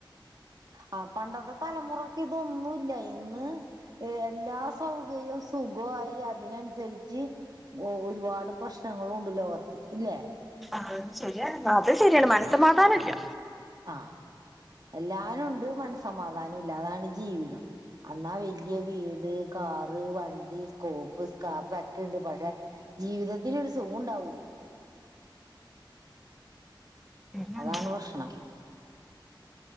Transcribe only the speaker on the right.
ആ പണ്ടത്തെ തലമുറക്ക് ഇതൊന്നുംല്ല ഇന്ന് എല്ലാ സൗകര്യവും സുഖവായി അതിനനുസരിച്ച് ഒരുപാട് പ്രശ്നങ്ങളും ഉണ്ട് ലോകത്ത് ഇല്ലേ
ആഹ് എല്ലാനും ഉണ്ട് മനസമാധാനം ഇല്ല അതാണ് ജീവിതം അന്നാ വലിയ വീട് കാറ് വണ്ടി സ്കോപ്പ് സ്കാപ്പ് ഒക്കെ ഉണ്ട് പക്ഷെ ജീവിതത്തിന് ഒരു സുഖം ഉണ്ടാവൂല്ല
അതാണ് പ്രശ്നം